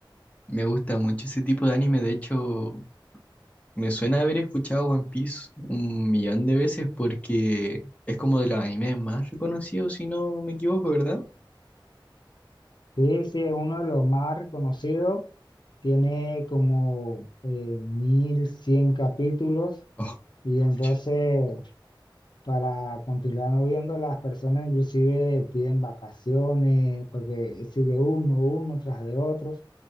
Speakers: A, on the left (about 15°); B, on the left (about 60°).
A: me gusta mucho ese tipo de anime, de hecho me suena haber escuchado One Piece un millón de veces porque es como de los animes más reconocidos, si no me equivoco, ¿verdad?
B: Sí, sí, es uno de los más reconocidos. Tiene como eh, 1100 capítulos
A: Oh,
B: y entonces
A: muchas.
B: para continuar no viendo las personas inclusive piden vacaciones porque sigue uno, uno tras de otro.